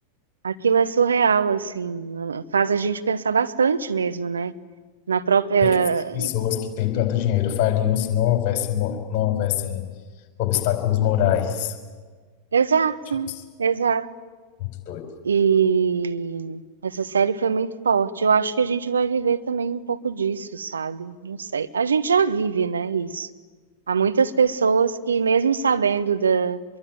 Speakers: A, on the right; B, on the left.
A: Aquilo é surreal, assim. Faz a gente pensar bastante mesmo, né? Na própria.
B: que essas pessoas que têm tanto dinheiro fariam se não houvessem, mo- não houvessem obstáculos morais?
A: Exato,
B: Tipo,
A: exato.
B: muito doido.
A: E essa série foi muito forte. Eu acho que a gente vai viver também um pouco disso, sabe? Não sei. A gente já vive, né, isso. Há muitas pessoas que, mesmo sabendo da,